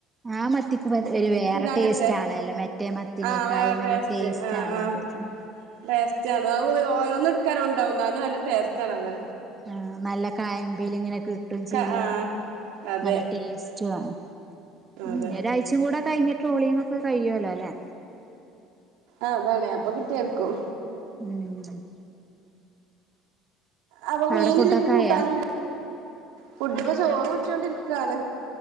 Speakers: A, on the right (about 15°); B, on the right (about 75°).
A: ആ മത്തിക്ക് വെ ഒര് വേറെ
B: അങ്ങനത്തെ
A: ടേസ്റ്റാ ണല്ലെ മറ്റേ മത്തിനേക്കാളും
B: ആഹ് വേറെ
A: നല്ല
B: ടേസ്റ്റ്
A: ടേസ്റ്റാണത്.
B: ആഹ് ആഹ്
A: ഉം
B: ടേസ്റ്റാണ്. അത് ഒ ഒ ഒന്ന്ട് ക്കാന് ണ്ടാവും ന്നാലും നല്ല ടേസ്റ്റാണത്.
A: ആഹ് നല്ല കയമ്പ് ല്ങ്ങനെ കിട്ടും ചെയ്യും.
B: ക ആഹ് അതെ
A: നല്ല ടേസ്.... റ്റു ആണ്. ഉം
B: അതെ
A: ഒരാഴ്ച്ചും കൂടെ കഴിഞ്ഞ് ട്രോളിങ്ങൊക്കെ കഴിയുവല്ലൊ അല്ലെ?
B: ആഹ് അതാണ്. അപ്പ കിട്ടുവായിരിക്കും.
A: ഉം
B: അപ്പൊ മീനില്ലെങ്കി
A: അവിടെ ഫുഡൊക്കെ
B: കൂട്ടാനുല്ല.
A: ആയാ
B: ഫുഡ് പ്പൊ ചോറ് ഊറ്റ്യോണ്ടിരിക്കാണ്.